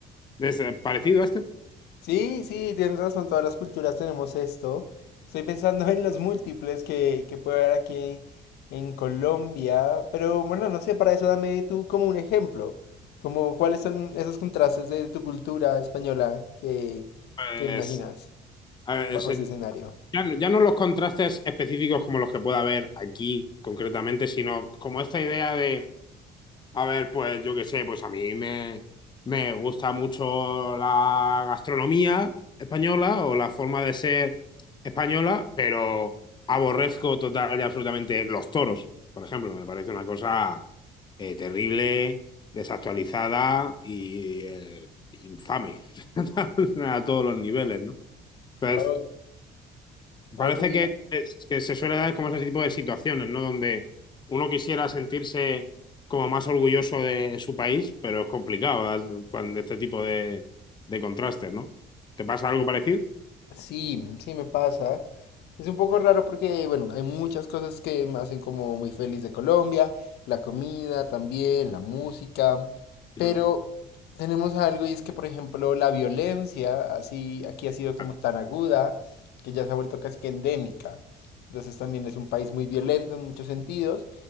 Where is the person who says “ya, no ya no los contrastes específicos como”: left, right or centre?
Left